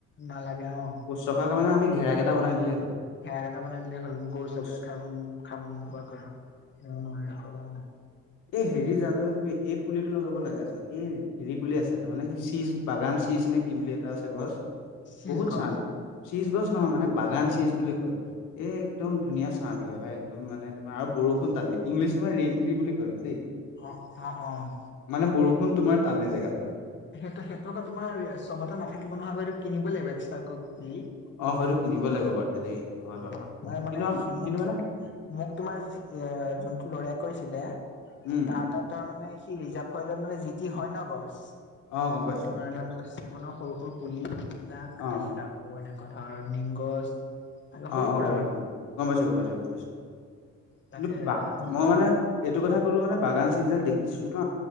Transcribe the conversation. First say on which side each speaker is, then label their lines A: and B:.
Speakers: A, on the left (about 40°); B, on the left (about 85°).
A: নালাগে অ।
B: শুশ্ৰূষা কাৰণে আমি ঘেৰাকেইটা বনাই দিলেই হ'ল।
A: ঘেৰাকেইটা বনাই দিলে হল, গৰু, ছাগলীয়ে
B: খোজ
A: খাব, খাব নোপোৱাকৈ, নোৱাৰা।
B: এ হেৰি জানানে তুমি, এই পুলিটো লগাব লাগে, আচলতে এই হেৰি পুলি আছে, তাৰ মানে কি চিজ বাগান চিছ নে কি বুলি এটা আছে গছ,
A: চিজ
B: বহুত
A: গছ
B: ছাহঁ দিয়ে। চিজ গছ নহয় মানে, বাগান চিজ বুলি কয়। এই একদম ধুনীয়া চাহ দিয়ে ভাই, একদম মানে তোমাৰ আৰু বৰষুণ টানে, ইংলিছত মানে ৰেইন ট্ৰি বুলি কয় দেই।
A: অ' অ' অ'।
B: মানে বৰষুণ তোমাৰ টানে জেগাটোলে।
A: সেইটো সেইটো আক তোমাৰ চবতে নাথাকিব নহয় ব এইটো কিনিব লাগিব এক্সট্ৰাকৈ পুলি।
B: অ হয়তো কিনিব লাগিব বাৰুতে দেই। হয়
A: অ
B: বাৰু
A: তাৰ মানে
B: কিন্তু
A: সিমন্ত্ৰ
B: কিন্তু মানে
A: মোক তোমাৰ এ যোনটো লৰাই কৈছিলে,
B: উম,
A: তাৰ তাত তাৰমানে সি ৰিজাপ ফয়জত মানে জিটি হয় ন গছ,
B: অ', গম পাইছো
A: তোমাৰ ধৰণে চেগুনৰ সৰু সৰু পুলিবিলাক,
B: অ',
A: তাৰছত আকৌ এনেকুৱা ধৰ নিম গছ। আৰু সৰু
B: অ অ
A: সুৰা
B: গম পাইছো।
A: আৰু
B: গম পাইছো, গম পাইছো, গম পাইছো।
A: তাকে
B: কিন্তু বা
A: আমি
B: মই মানে এইটো কথা কলো মানে বাগান চিৰিজ ডাল দেখিছো ন,